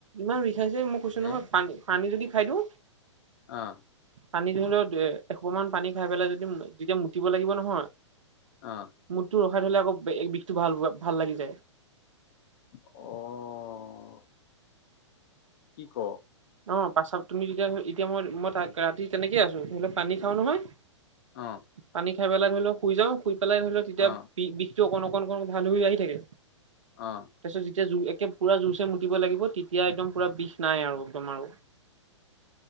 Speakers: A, on the right; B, on the left.
A: ইমান মইযে, মই কৈছো
B: হে
A: নহয়। ন পা-পানী যদি খাই দিওঁ।
B: অ'
A: পানী ধৰি লও এসোপামান পানী খাই পেলাই যদি, যেতিয়া মুতিব লাগিব নহয়
B: অ'
A: মুটটো ৰখাই থ'লে আকৌ, বিষটো ভাল ভাল লাগি যায়
B: অ' কি ক?
A: অ' প্ৰাচাৱ তুমি যেতিয়া, এতিয়া মই মই ৰাতি তেনেকেইে আছো, পানী খাওঁ নহয়
B: অ',
A: পানী খাই পেলাই ধৰি লও শুই যাওঁ শুই পানী খাই <inaudible> <inaudible> পেলাই ধৰি লও তেতিয়া
B: অ',
A: বি-বিষটো অকণ অকণ অকণ <unintelligible> আহি থাকে
B: অ',
A: তাৰপিছত যেতিয়া, যো একে পুৰা জোৰছে মুতিব লাগিব, তেতিয়া একদম পুৰা বিষ নাই আৰু একদম আৰু